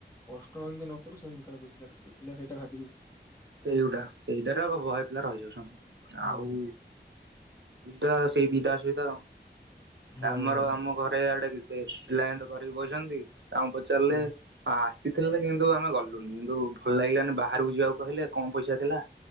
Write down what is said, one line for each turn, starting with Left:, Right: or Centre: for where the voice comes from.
Left: କଷ୍ଟ। ଏମିତି କରୁ ସେମିତି କାଳେ ରୋଜଗାର କରୁ ପିଲାଇଟା ଭାବିଉଛନ୍ତି।
Right: ସେଇଗୁଡା ସେଇଟାରେ ବୟ ପିଲା ରହିଯାଉଛନ୍ତି
Left: ହୁଁ
Right: ଆଉ ସେଇଟା ସେଇ ଦିଇଟା ଅସୁବିଧା ଆଉ
Left: ହୁଁ।
Right: ଆମର ଆମ ଘରେ ଆଡେ ଲାଇନ୍ ତ କରିକି ବସିଛନ୍ତି। ତାଙ୍କୁ ପଚାରିଲେ
Left: ହୁଁ
Right: ଆସି ଥିଲା କିନ୍ତୁ ଆମେ ଗଲୁନି କିନ୍ତୁ ଭଲ ଲାଗିଲା ଆମେ ବାହାରକୁ ଯିବାକୁ। କହିଲେ କମ ପଇସା ଥିଲା।